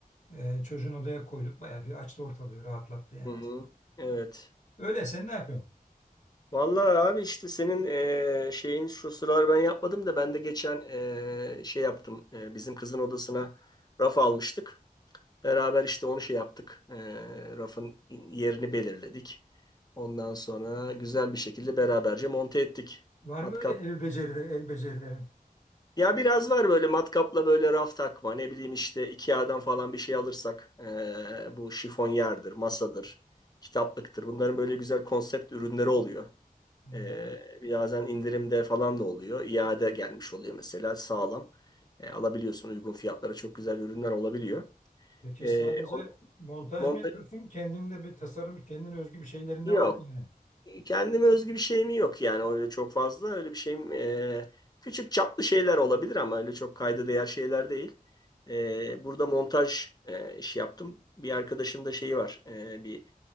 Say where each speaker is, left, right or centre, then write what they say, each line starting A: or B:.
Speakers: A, on the left; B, on the left.
A: Ee, çocuğun odaya koyduk. Bayağı bir açtı ortalığı rahatlattı yani
B: Hı hı.
A: aslında.
B: Evet.
A: Öyle sen ne yapıyorsun?
B: Vallahi abi işte senin eee, şeyin şu sıralar ben yapmadım da ben de geçen eee, şey yaptım. Eee, bizim kızın odasına raf almıştık. Beraber işte onu şey yaptık. Ee, rafın yerini belirledik. Ondan sonra güzel bir şekilde beraberce monte ettik.
A: Var
B: Matkap.
A: mı öyle ev becerileri, el becerilerin?
B: Ya biraz var böyle matkapla böyle raf takma. Ne bileyim işte IKEA'dan falan bir şey alırsak. ee, bu şifonyerdir, masadır, kitaplıktır. Bunların böyle güzel konsept ürünleri oluyor.
A: Hmm.
B: Ee, birazdan indirimde falan da oluyor. İade gelmiş oluyor mesela sağlam. Ee, alabiliyorsun uygun fiyatlara çok güzel ürünler olabiliyor.
A: Peki
B: Ee,
A: sadece
B: on,
A: montaj
B: monte-
A: mı yapıyorsun? Kendinde bir tasarım, kendine özgü bir şeylerin
B: Yok.
A: de var mı yani?
B: Kendime özgü bir şeyim yok yani öyle çok fazla öyle bir şeyim e, küçük çaplı şeyler olabilir ama öyle çok kayda değer şeyler değil. E, burada montaj e, işi yaptım. Bir arkadaşın da şeyi var e, bir